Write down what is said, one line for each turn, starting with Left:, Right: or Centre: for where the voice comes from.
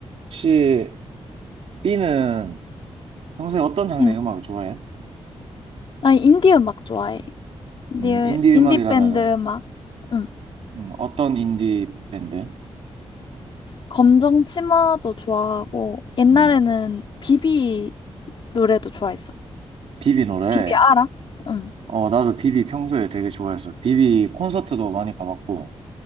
Right: 혹시 B는 평소에 어떤 장르의
Left: 응.
Right: 음악을 좋아해?
Left: 나 인디 음악 좋아해. 인디,
Right: 음, 인디
Left: 인디
Right: 음악이라면은
Left: 밴드 음악. 응.
Right: 음, 어떤 인디 밴드?
Left: 검정 치마도 좋아하고, 옛날에는
Right: 음,
Left: 비비 노래도 좋아했어.
Right: 비비 노래.
Left: 비비 알아? 응.
Right: 어, 나도 비비 평소에 되게 좋아했어. 비비 콘서트도 많이 가봤고,